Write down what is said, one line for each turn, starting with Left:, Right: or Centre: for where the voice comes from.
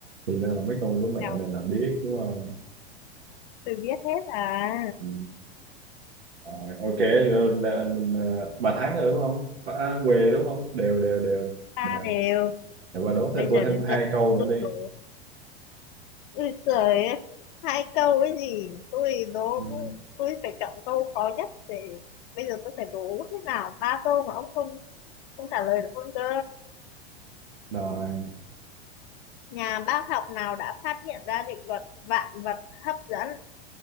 Right: thì ra là mấy câu đố
Left: nào
Right: mẹo này là biết đúng không
Left: từ biết hết à.
Right: ừ. rồi, ok rồi, là anh ờ, bà thắng rồi đúng không bà, à, què đúng
Left: chúng
Right: không đều đều đều
Left: Ta
Right: đều
Left: đều.
Right: rồi bà đố
Left: Bây
Right: thêm tôi
Left: giờ
Right: thêm
Left: đến
Right: hai
Left: lượt
Right: câu
Left: tôi
Right: nữa đi
Left: đố. Ui giời ơi. Hai câu ấy gì. Tôi đố,
Right: ừ.
Left: tôi phải chọn câu khó nhất để bây giờ tôi phải đố thế nào ba câu mà ông không không trả lời được luôn cơ.
Right: rồi
Left: Nhà bác học nào đã phát hiện ra định luật vạn vật hấp dẫn?